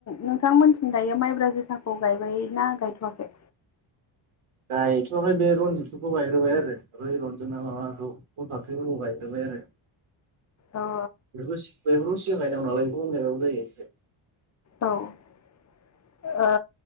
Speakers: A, on the left; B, on the right.
A: नों थांमोननिथिं दायो माइब्रा जोसााखौ गायबाय ना गायथ'वाखै?
B: गायथ'आखै बे रनजितखौ गायग्रोबाय आरो मै रन्जिता माबाखौ फल फाख्रिफोरखौ गायग्रोबाय। आरो
A: औ
B: बेफोरखौ सि-बेफोरखौ सिगां गायनांगौ नालाय बेखौ उन गायबाबो जायो एसे
A: औ ओ